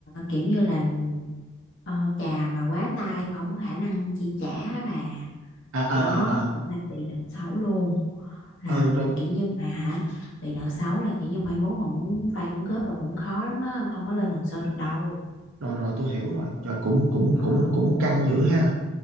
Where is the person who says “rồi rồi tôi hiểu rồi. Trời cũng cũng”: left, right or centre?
Right